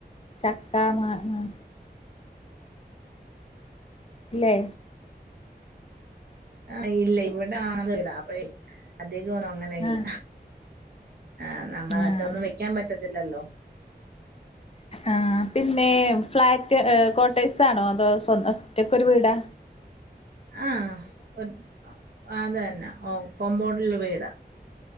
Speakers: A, on the left (about 35°); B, on the right (about 65°).
A: ചക്ക, മാങ്ങ. ല്ലേ?
B: ആഹ ഇല്ലെയ്. ഇവിടെ ആണ അപ്പഴേഅദ്ദേഹൊന്നും അങ്ങനെയില്ല.
A: ആഹ്
B: ആഹ് നമ്മ
A: ആഹ്
B: മറ്റൊന്നും
A: ശരി
B: വെക്കാൻ പറ്റത്തില്ലല്ലോ.
A: ആഹ പിന്നെ ഫ്ലാറ്റ് ക്വോട്ടേഴ്സ് ആണോ അതോ സ്വ ഒറ്റക്കൊരൂവീടാ?
B: ആഹ്, ഓ അതന്നെ ഓ കോമ്പൗണ്ടിലെ വീടാ